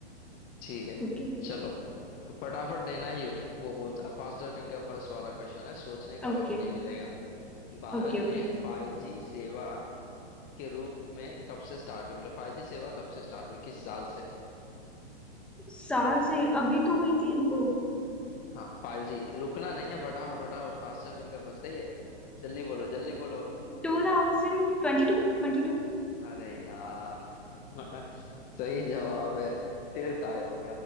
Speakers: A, on the left; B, in the centre.
A: ठीक है
B: Okay
A: चलो फटाफट देना ये वो बोलते ना फास्टर फिंगर फर्स्ट वाला क्वेश्चन है सोचने का
B: okay
A: वक्त नहीं मिलेगा भारत
B: okay okay
A: में फाइव जी सेवा के रूप में कब से स्टार्ट हुई मतलब फाइव जी सेवा कब से स्टार्ट हुई किस साल से
B: साल से अभी तो हुई थी इनको
A: हाँ फाइव जी रुकना नहीं है फटाफट फटाफट फास्टर फिंगर फर्स्ट है ये जल्दी बोलो जल्दी बोलो
B: Two thousand twenty two twenty two
A: अरे यार <laughs> सही जवाब है फिर टाई हो